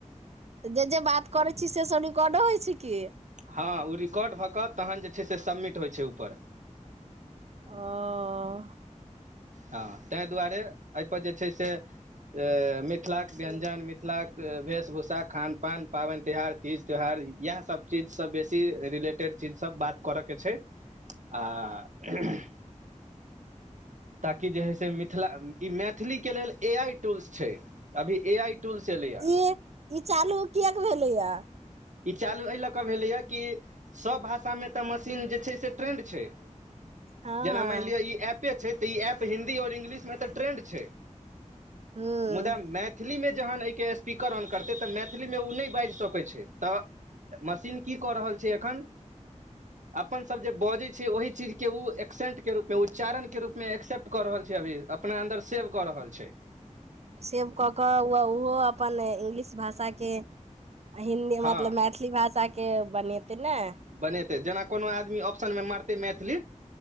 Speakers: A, on the right (about 60°); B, on the right (about 75°).
A: जे जे बात करै छी सेसभ रिकॉर्डो होइ छै की
B: हँ ओ रिकॉर्ड भऽ कऽ तहन जे छै से सबमिट होइ छै ऊपर।
A: अ अ
B: हँ तैय। दुआरे एहिपर जे छै से। त मिथिलाक व्यञ्जन मिथिलाक वेशभूषा खान पान पाबनि तिहार। तीज त्यौहार इएह सब चीज सब बेसी रिलेटेड चीज सब बात करय के छै। आ। <unintelligible> ताकि जे है से मिथिला ई मैथिली के लेल ए आई टोल्स छै अभी ए आइ। टूल्स एलैए
A: ई ई चालू किएक भेलै या
B: ई चालू एहि लऽ कऽ भेलैए कि सभ भाषामे तऽ मशीन जे छै से ट्रेन्ड छै।
A: हँ
B: जेना मानि लिअ ई एप छै तऽ ई एऐप हिन्दी आओर इंग्लिशमे तऽ ट्रेंड छै
A: हूँ
B: मुदा मै मैथिलीमे जहन एहिके स्पीकर ऑन करतै तऽ मैथिलीमे उ नै बाजि सकै छै। तऽ मशीन की कऽ रहल छै एखन। अपन सब जे बजे छै ओही चीज के ओ एक्सेंट के रूप मे उच्चारण। के रूप मे एक्सेप्ट क रहल छ छै अभी अपना अन्दर सेव कऽ रहल छै।
A: सेव कऽ कऽ उहो ओहो अपन इंगलिश भाषाके हिन्दी
B: हँ
A: मतलब मैथिली। थि भाषा के बनेतै नै।
B: बनेतै जेना कोनो आदमी ऑप्शन मे मारतै मैथिली